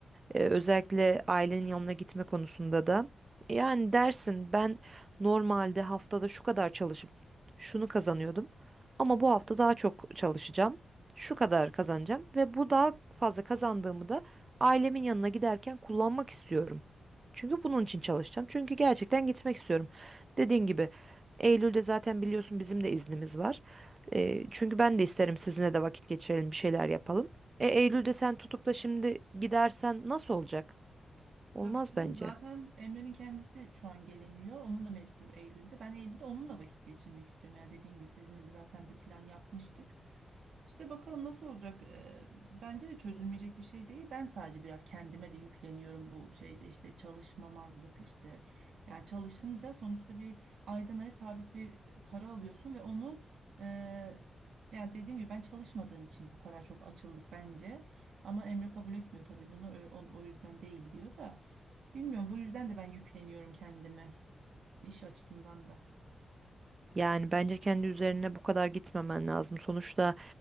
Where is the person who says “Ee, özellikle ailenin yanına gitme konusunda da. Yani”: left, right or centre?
Right